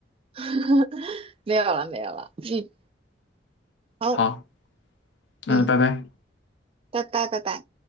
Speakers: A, on the right; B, on the left.
A: <laughs> 没有了，没有了。嗯，好，
B: 好，嗯，
A: 嗯，
B: 拜拜。
A: 拜拜，拜拜。